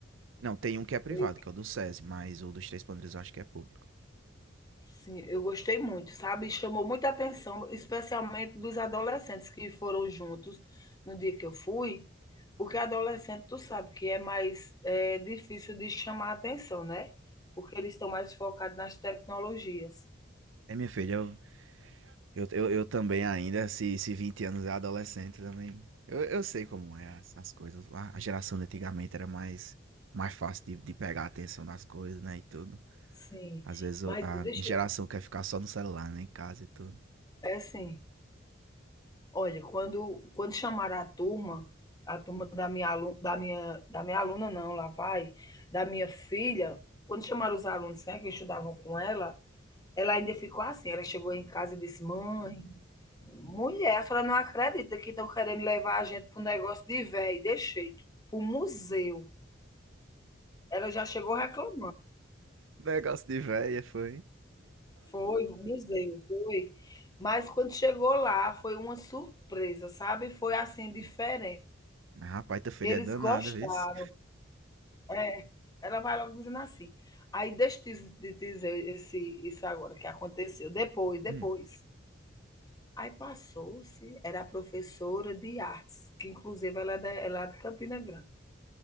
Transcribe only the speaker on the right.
Não, tem um que é privado,
que é o do SESI, mas o dos Três Pandeiros eu acho que é público.
É, minha filha, eu, eu, eu, eu também ainda, se, se 20 anos é adolescente também, eu, eu sei como é as, as coisas. A, a geração de antigamente era mais, mais fácil de, de pegar a atenção das coisas, né, e tudo.
Às vezes
o- a
geração quer ficar só no celular, né, em casa e tudo.
Negócio de véia, foi.
<laughs>
Rapaz, teu filho
é danado,
vê se.
Hum.